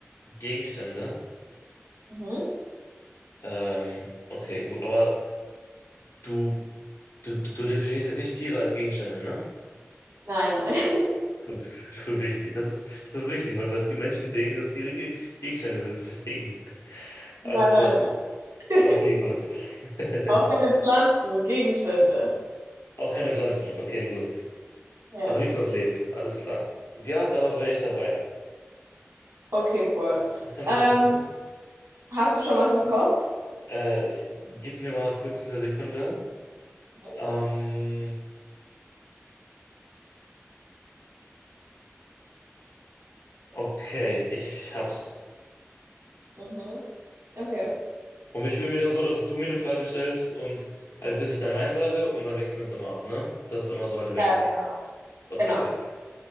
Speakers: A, on the left; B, on the right.
A: Gegenstände.
B: Mhm.
A: Ähm, okay, gut. Aber du, du, du definierst jetzt nicht Tiere als Gegenstände, ne?
B: Nein, nein. <laughs>
A: Gut, <laughs> gut, wichtig. Das ist, das ist wichtig, weil, weil es gibt Menschen, die denken, dass Tiere Ge- Gegenstände sind. Deswegen. <laughs> Alles
B: Nein, nein,
A: klar.
B: nein. <laughs>
A: Okay, gut. <laughs>
B: Auch keine Pflanzen, Gegenstände.
A: Auch keine Pflanzen. Okay, gut.
B: Ja.
A: Also nichts, was lebt. Alles klar. Ja, da wäre ich dabei.
B: Okay, cool.
A: Das kann
B: Ähm,
A: lustig werden.
B: hast du schon was im Kopf?
A: Äh, gib mir mal kurz eine Sekunde.
B: Mhm.
A: Ähm, okay, ich hab's.
B: Mhm. Okay.
A: Und wir spielen wieder so, dass du mir eine Frage stellst und halt bis ich dann Nein sage und dann wechseln wir uns immer ab, ne? Dass es immer so halt im Wechsel
B: Ja, genau.
A: ist. Okay,
B: Genau.
A: perfekt.